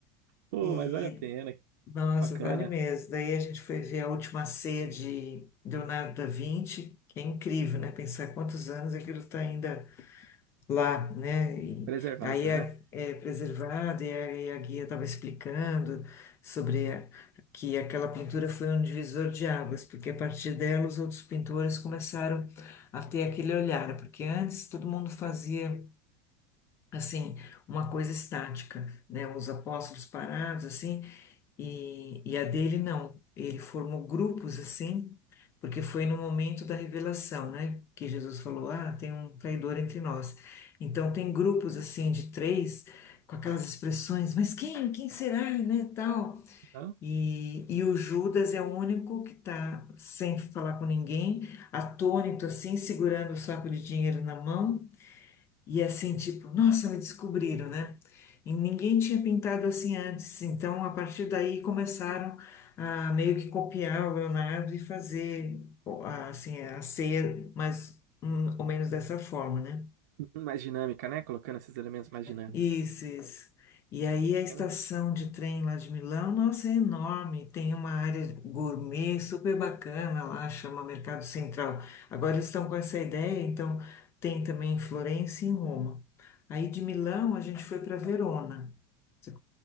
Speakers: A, on the left; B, on the right.
A: <laughs>
B: Pô,
A: e
B: mas vale a pena.
A: nossa,
B: Que bacana.
A: vale mesmo. Daí a gente foi ver a última ceia de Leonardo da Vinci, que é incrível, né? Pensar quantos anos aquilo está ainda lá, né? E
B: Preservado,
A: aí é,
B: né?
A: é preservado e a, e a guia estava explicando sobre a- que aquela pintura foi um divisor de águas, porque a partir dela os outros pintores começaram a ter aquele olhar, porque antes todo mundo fazia assim uma coisa estática, né? Os apóstolos parados assim e, e a dele não, ele formou grupos assim, porque foi no momento da revelação, né? Que Jesus falou: Ah, tem um traidor entre nós. Então, tem grupos assim de três, com aquelas expressões: Mas quem? Quem será? Né? Tal.
B: Então,
A: E, e o Judas é o único que está sem falar com ninguém, atônito assim, segurando o saco de dinheiro na mão. E assim, tipo, nossa, me descobriram, né? E ninguém tinha pintado assim antes. Então, a partir daí, começaram a meio que copiar o Leonardo e fazer, ó, assim, a ceia mais hum, ou menos dessa forma, né?
B: uhum, mais dinâmica, né? Colocando esses elementos mais dinâmicos.
A: Isso, isso. E aí
B: Bacana.
A: a estação de trem lá de Milão, nossa, é enorme. Tem uma área gourmet super bacana lá, chama Mercado Central. Agora eles estão com essa ideia, então tem também em Florença e em Roma. Aí de Milão a gente foi para Verona. Você